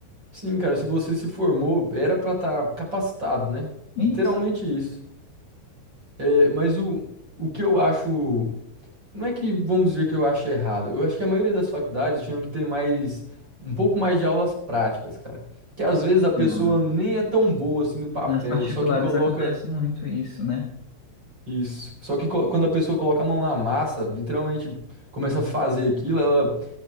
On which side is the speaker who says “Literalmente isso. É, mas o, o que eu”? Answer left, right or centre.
Right